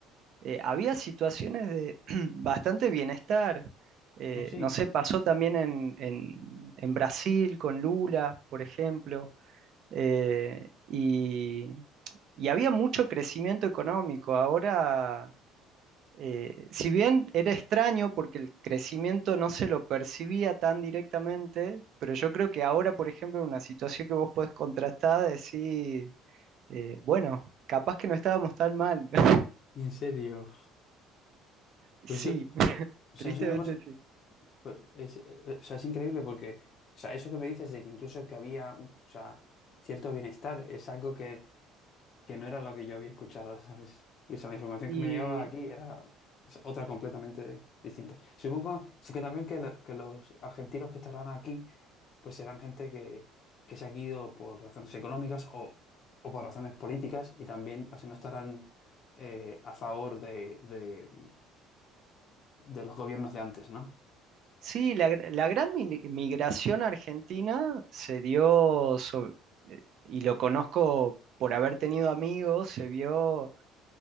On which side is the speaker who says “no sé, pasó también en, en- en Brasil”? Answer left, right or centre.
Right